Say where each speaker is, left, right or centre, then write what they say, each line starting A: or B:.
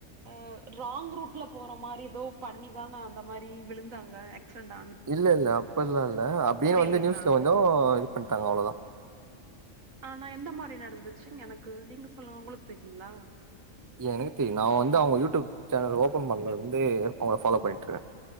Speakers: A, on the right; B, on the right.
A: அ ராங் ரூட் ல போற மாரி எதோ பண்ணிதான அந்த மாரி விழுந்தாங்க ஆக்சிடெண்ட்டா
B: இல்லல்ல அப்பெல்லா இல்ல அப்டியே வந்து
A: இல்லைங்களா?
B: நியூஸ்ல கொஞ்சோ இது பண்ட்டாங்க அவ்ளதா
A: ஆனா எந்த மாரி நடந்துச்சு எனக்கு நீங்க சொல்லுங்க உங்களுக் தெரியுங்களா
B: ஏ எனக்கு தெரியு நா வந்து அவுங்க யூடியூப் சேனல் ஓபன் பண்ணருந்து அவுங்ள ஃபாலோ பண்ணிட்ருக்கே